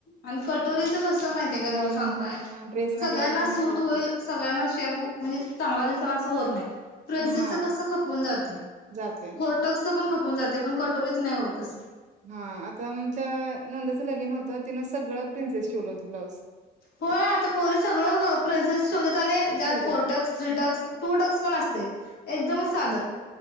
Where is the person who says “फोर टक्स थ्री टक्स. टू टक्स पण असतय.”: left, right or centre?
Left